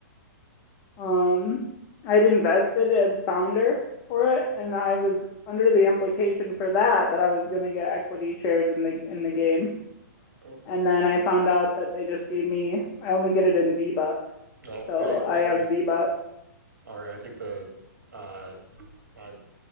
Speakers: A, on the left (about 25°); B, on the right (about 70°).
A: um I'd invested as founder for it and I was under the implication for that that I was going to get equity shares in the in the game.
B: Oh,
A: And then I found out that they just gave me I only get it in V-bucks.
B: no.
A: So
B: Hey,
A: I
B: Ari.
A: have V-bucks.
B: Ari, I think the uh, my